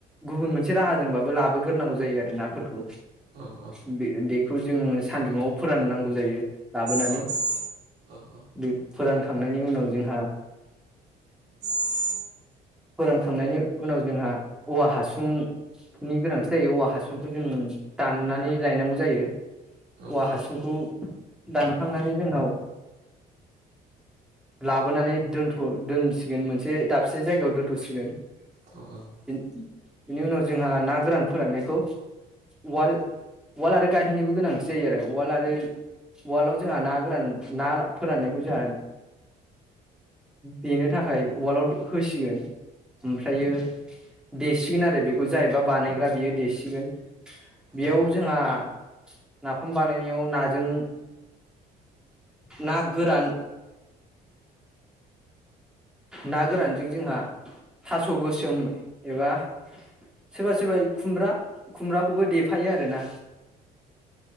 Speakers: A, in the centre; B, on the right (about 85°).
A: गुबुन मोनसे राहाजोंबाबो लाबोग्रोनांगौ जायो आरो नाफोरखौ बे
B: औ औ
A: बे बेखौ जोङो सान्दुुङाव फोराननांगौ जायो लाबोनानै
B: औ औ
A: बे फोरानखांनायनि उनाव जोंहा
B: <inaudible>
A: फोरोंखांनायनि उनाव जोंहा औवा हासुंनि गोनांथि जायो औवा हासुंखौ जों दाननानै लायनांगौ जायो औवा
B: औ
A: हासुंखौ दानखांनानै जोंनाव लाबोनानै दोनथ' दोनसिगोन मोनसे दाब से जायगायाव दोनथ'सिगोन
B: औ
A: बिनि उनाव जोंहा ना गोरान फोराननायखौ उवाल उवाल आरो गाहेननिबो गोनांथि जायो आरो उवाल आरो उवालाव जोंहा ना गोरान ना फोराननायखौ जोंहा देनो थाखाय उवालाव होसिगोन ओमफ्रायो देसिगोन आरो बेखौ खौ जायबा बानायग्रा बियो देसिगोन
B: औ
A: बेयाव जोंहा नाफाम बानायनायाव नाजों ना गोरान ना गोरानजों जोंहा थास' गोसोम एबा सोरबा सोरबा खुमब्रा खुमब्राखौबो देफायो आरोना